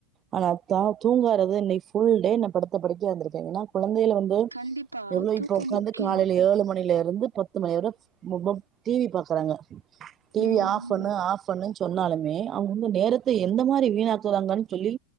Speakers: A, on the right (about 30°); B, on the right (about 80°).
A: ஆனா தா தூங்காறது இன்னைக் ஃபுல் டே நா படுத்த படுக்கையா இறுந்திருக்கிறே ஏன்னா குழந்தைல வந்து
B: கண்டிப்பா
A: எவ்ளோ
B: தூக்கோ
A: இப்பொ உக்காந்து
B: முக்கியோ
A: காலைல ஏழு மணியில லந்து பத்து மணி வர முகுப் டி வி பாக்றாங்க டி
B: ம்
A: வி ஆஃப்
B: ம்
A: பண்ணு ஆஃப் பண்ணுன்னு சொன்னாலுமே அவுங்க வந்து நேரத்த எந்த மாரி வீணாக்குறாங்கன்னு சொல்லி